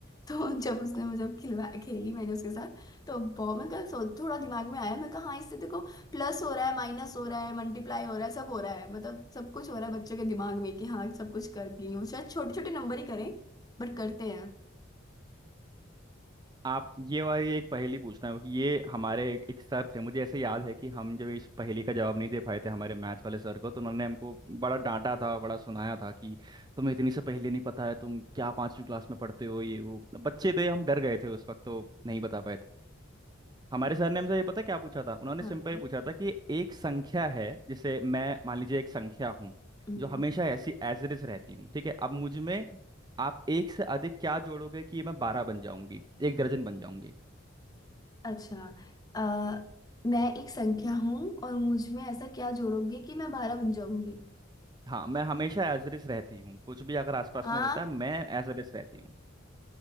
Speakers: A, on the left; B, on the right.
A: तो <laughs> जब उसने मुझे खिलवा खेली मैंने उसके साथ तो बहुत मैं कहा, "सो- थोड़ा दिमाग में आया मैं कहा हाँ इससे देखो प्लस हो रहा है माइनस हो रहा है मल्टीप्लाई हो रहा है सब हो रहा है मतलब सब कुछ हो रहा है बच्चों के दिमाग में कि हाँ सब कुछ करके वो शायद छोटे छोटे नंबर ही करें बट करते हैं
B: आप ये वाली एक पहेली पूछना है कि ये हमारे एक, एक सर थे मुझे ऐसे याद है कि हम जब इस पहेली का जवाब नहीं दे पाए थे हमारे मैथ वाले सर को तो उन्होंने हमको बड़ा डांटा था बड़ा सुनाया था कि तुम्हें इतनी सी पहेली नहीं पता है तुम क्या पांचवी क्लास में पढ़ते हो ये वो बच्चे थे हम डर गए थे उस वक्त तो नहीं बता पाए हमारे सर ने हमसे ये पता है क्या पूछा था उन्होंने
A: हाँ
B: सिंपल ही पूछा था कि एक संख्या है जैसे मैं मान लीजिए एक संख्या हूँ
A: हम्म
B: जो हमेशा ऐसी एज इट इज रहती हूँ ठीक है अब मुझ में आप एक से अधिक क्या जोड़ोगे कि मैं बारह बन जाऊंगी एक दर्जन बन जाऊंगी
A: अच्छा आ, मैं एक संख्या हूँ और मुझ में ऐसा क्या जोड़ोगे कि मैं बारह बन जाऊंगी
B: हाँ मैं हमेशा एज इट इज रहती हूँ कुछ भी अगर आसपास
A: हाँ
B: में होता है मैं एज इट इज रहती हूँ